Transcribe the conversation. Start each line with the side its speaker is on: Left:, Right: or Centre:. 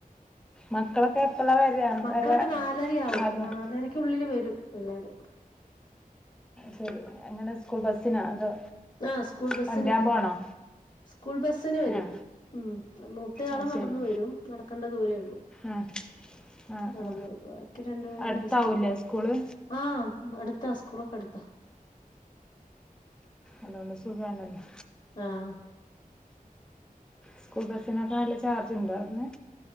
Centre: മക്കളൊക്കെ എപ്പോഴാ വരാ
Left: മക്കളൊക്കെ
Centre: വരാ
Left: നാലരയാവും
Centre: നാല് മണി
Left: നാലരക്കുള്ളില് വരും എല്ലാരും
Centre: ശരി അങ്ങനെ സ്കൂൾ ബസ്സിനാ അതോ?
Left: ആ സ്കൂൾ ബസിന്
Centre: കൊണ്ടുവരാൻ പോണോ
Left: സ്കൂൾ ബസിന് വരും
Centre: ആ
Left: ഉം മൂത്ത ആള്
Centre: ആ
Left: നടന്ന്
Centre: ശരി
Left: വരും നടക്കണ്ട ദൂരേഉള്ളൂ
Centre: ആ ആ
Left: നടന്ന്
Centre: ആ
Left: വരും ബാക്കി രണ്ടുപേരും
Centre: അടുത്താവൂലേ
Left: ഹൈസ്കൂൾ
Centre: സ്കൂള്
Left: ആ അടുത്ത കൂൾക്കെ അടുതാ
Centre: അതോണ്ട് സുഖാണല്ലോ
Left: ആഹ്
Centre: സ്കൂൾ ബസിനക്കനല്ല ചാർജ് ഇണ്ടോ അവിടെന്ന്